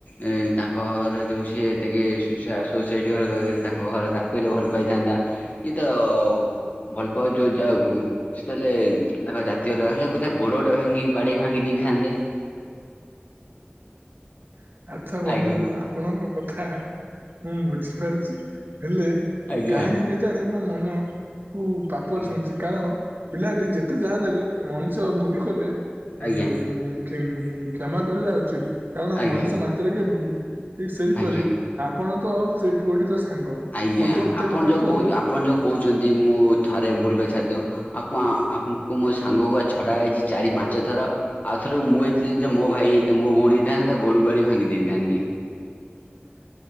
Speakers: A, on the left (about 45°); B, on the right (about 55°).
A: ଏ ତାଙ୍କ ଘର ଯୋଉ ସି ତାଙ୍କେ ସୋସାଇଟି ଘର ତାଙ୍କ ଘର ତାକୁ ହେଲେ ଭଲ ପାଇ ଥାନ୍ତା ଇଏତ ଭଲ୍ ପାଉଚି ଯୋଉ ଯାହାକୁ ସେ ତାହେଲେ ତାଙ୍କ ଜାତୀ ଅଲଗା ହେଲେ ତା ଗୋଡ ଗୋଟେ ଭାଙ୍ଗି ବାଡେଇ ଭାଙ୍ଗି ଦି ଥାନ୍ଦେ
B: <unintelligible> ଆଚ୍ଛା ବନ୍ଧୁ
A: ଆଜ୍ଞା
B: ଆପଣଙ୍କ କଥା ମୁଁ ବୁଝିପାରୁଛି ହେଲେ
A: ଆଜ୍ଞା
B: କାହିଁକି କେ ଜାଣ ମୋ ମନ କୁ ପାପ
A: ଆଜ୍ଞା
B: ଛୁଇଁଛି କାରଣ ପିଲାଟି ଯେତେ ଯାହା ହେଲେ ବି ମଣି ଷ ଭୁଲ୍ କଲେ ଉଁ
A: ଆଜ୍ଞା
B: କ୍ଷମା କରିବା ଉଚିତ୍ କାରଣ
A: ଆଜ୍ଞା
B: ମଣି ଶ ମାତ୍ରେକେ ଭୁଲ୍ ଠିକ୍ ସେଇପରି
A: ଆଜ୍ଞା।
B: ଆପଣ ତ ସେଇ ପୁଅଟିର ସାଙ୍ଗ
A: ଆଜ୍ଞା
B: ମତେ ଗୋଟେ
A: ଆପଣ
B: କଥା
A: ଯୋଉ
B: କୁହନ୍ତୁ
A: କୋଉ ଆପଣ ଯୋଉ କହୁଚନ୍ତି ମୁଁ ଥରେ ଭୁଲ କରି ଛାଡିଦୋଉ ଆକୁଆ ଆଙ୍କୁ ମୋ ସାଙ୍ଗ କ ଛଡା ହୋଇଛି ଚାରି ପାଞ୍ଚ ଥର ଆଉଥର ମୁଁ ଏ ମୋ ଭାଇ ଏଇ ତ ମୋ ଭଉଣୀ ହେଇଥାନ୍ତା ତା ଗୋଡୁକୁ ବାଡି ଭାଙ୍ଗି ଦେଇଥାନ୍ତି।
B: <inaudible>